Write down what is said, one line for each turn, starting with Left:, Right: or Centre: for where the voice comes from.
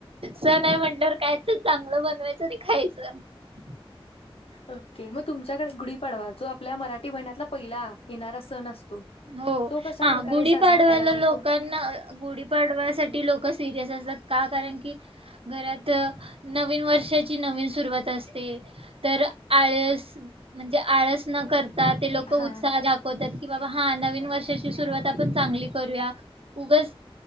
Right: सण आहे म्हण काय तर चांगलं बनवायचं आणि खायचं. ग.
Left: ओके म तुमच्याकडे गुढीपाडवा जो आपल्या मराठी महिन्यातला पहिला येणारा सण असतो.
Right: हो
Left: तो कशा
Right: हा
Left: प्रकारे
Right: गुढीपाडव्याला
Left: साजरा केला जातो?
Right: लोकांना गुढीपाडव्यासाठी लोक सिरियस असतात. का कारण की घरात नवीन वर्षाची नवीन सुरवात असते. तर आळस म्हणजे आळस न कर ते लोक
Left: हा
Right: उत्साह दाखवतात कि बा नवीन वर्षाची सुरुवात आपण चांगली करूया. उगच